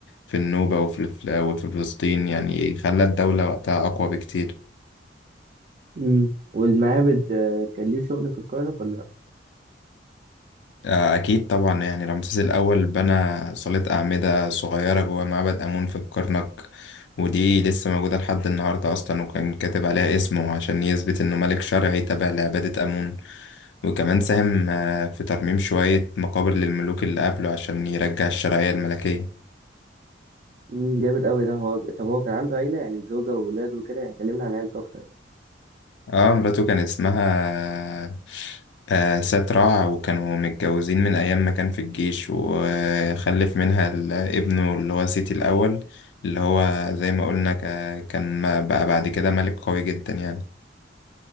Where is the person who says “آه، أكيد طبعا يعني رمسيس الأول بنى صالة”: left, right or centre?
Left